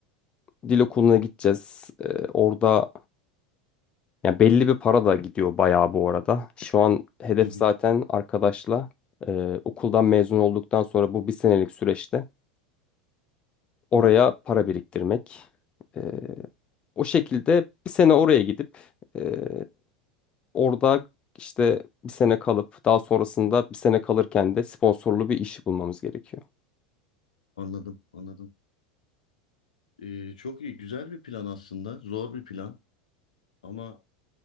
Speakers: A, on the left; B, on the left.
A: dil okuluna gideceğiz. Eee, orada yani belli bir para da gidiyor bayağı bu arada. Şu an hedef
B: Hı hı.
A: zaten arkadaşla eee, okuldan mezun olduktan sonra bu bir senelik süreçte oraya
B: Hı hı.
A: para biriktirmek. Eee, o şekilde bir sene oraya gidip eee, orada işte bir sene kalıp daha sonrasında bir sene kalırken de sponsorlu bir işi bulmamız gerekiyor.
B: Anladım. Anladım. Ee, çok iyi. Güzel bir plan aslında. Zor bir plan. Ama